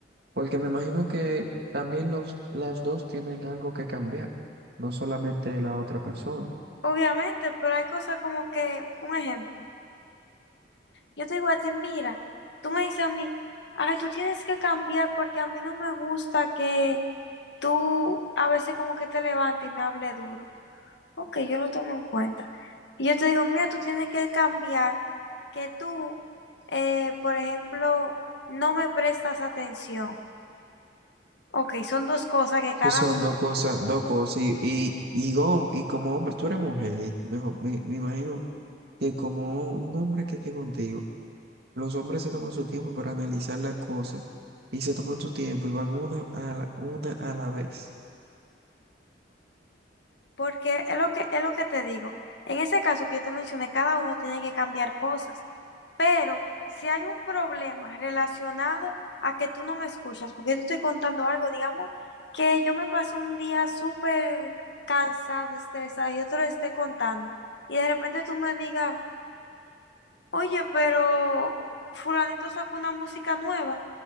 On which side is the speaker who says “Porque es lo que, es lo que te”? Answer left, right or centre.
Left